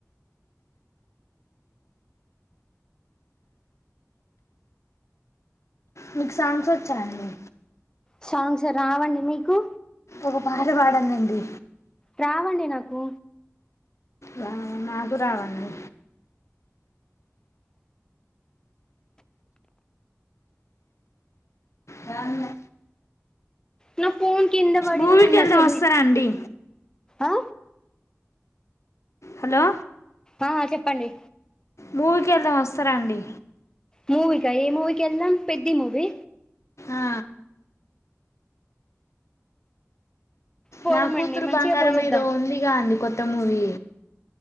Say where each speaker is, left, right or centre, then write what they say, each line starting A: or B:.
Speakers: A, on the left; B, on the left.
A: మీకు సాంగ్స్ వచ్చా అండి
B: సాంగ్స్ రావండి మీకు
A: ఒక పాట పాడండి అండి
B: రావండి నాకు
A: రా నాకు రావండి రాలే
B: నా ఫోన్ కింద పడింది
A: మూవీకి
B: అండి
A: వెళ్దాం
B: అసలు
A: వస్తారా అండి
B: ఆ
A: హలో
B: ఆ చెప్పండి
A: మూవీకి వెళ్దాం వస్తారా అండి
B: మూవీ కా ఏ మూవకి ఎలా పెద్ది మూవి
A: ఆ,
B: పోదామండి
A: నా కూతురు
B: మంచిగా
A: బంగారం
B: పోయొద్దాం
A: ఏదో ఉందిగా అండి కొత్త మూవీ